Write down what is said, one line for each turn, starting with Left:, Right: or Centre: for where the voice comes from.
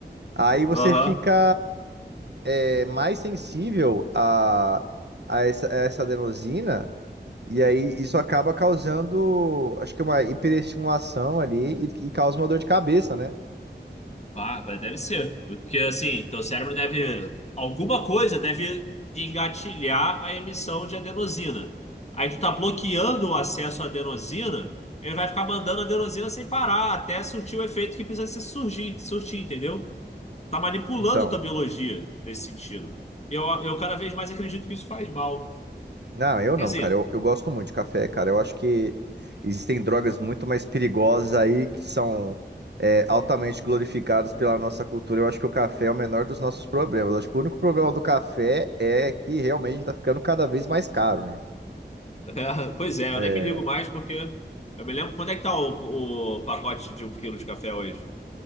Right: Aí você
Left: Aham.
Right: fica é, mais sensível a, a essa, a essa adenosina, e aí isso acaba causando, acho que uma hiperestimulação ali e, e causa uma dor de cabeça, né?
Left: Ah, mas deve ser. Porque assim, teu cérebro deve. Alguma coisa deve engatilhar a emissão de adenosina. Aí tu tá bloqueando o acesso à adenosina, ele vai ficar mandando adenosina sem parar, até surtir o efeito que precisa se surgir, surtir, entendeu? Tá manipulando
Right: Então.
Left: tua biologia nesse sentido. Eu, eu cada vez mais acredito que isso faz mal.
Right: Não, eu
Left: Quer
Right: não,
Left: dizer,
Right: cara. Eu, eu gosto muito de café, cara. Eu acho que existem drogas muito mais perigosas aí que são é, altamente glorificadas pela nossa cultura. Eu acho que o café é o menor dos nossos problemas. Eu acho que o único problema do café é que realmente tá ficando cada vez mais caro, né?
Left: <laughs> é, pois é,
Right: É,
Left: eu nem me ligo mais porque eu me lembro quanto é que tá o, o pacote de um quilo de café hoje.